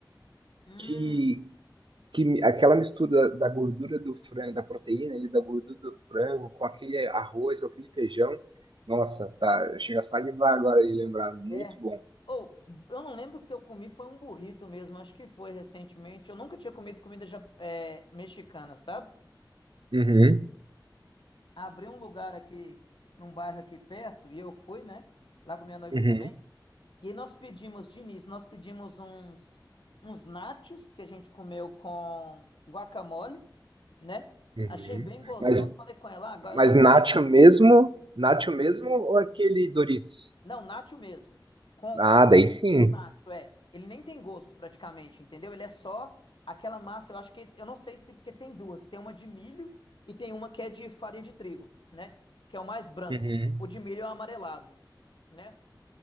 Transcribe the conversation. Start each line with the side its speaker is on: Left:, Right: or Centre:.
Left: Hum,
Right: que, que me- aquela mistura da gordura do frango, da proteína e da gordura do frango com aquele arroz, com aquele feijão, nossa, tá, chega a salivar agora de lembrar, muito
Left: é.
Right: bom.
Left: Ou, eu não lembro se eu comi, foi um burrito mesmo, acho que foi recentemente. Eu nunca tinha comido comida ja- é, mexicana, sabe?
Right: Uhum.
Left: abri um lugar aqui, num bairro aqui perto, e eu fui, né? Lá com minha noiva
Right: Uhum,
Left: também. E aí nós pedimos, de início, nós pedimos uns, uns nachos que a gente comeu com guacamole, né?
Right: uhum.
Left: Achei bem gostoso.
Right: Mas,
Left: Falei com ela, "Ah, agora
Right: mas
Left: eu não sabia.
Right: Nacho mesmo? Nacho mesmo ou aquele Doritos?
Left: Não, nacho mesmo. Com
Right: Ah, daí sim.
Left: nacho, é. Ele nem tem gosto praticamente, entendeu? Ele é só aquela massa, eu acho que. Eu não sei se. Porque tem duas. Tem uma de milho e tem uma que é de farinha de trigo, né? Que é o mais branco.
Right: Uhum,
Left: O de milho é o amarelado né?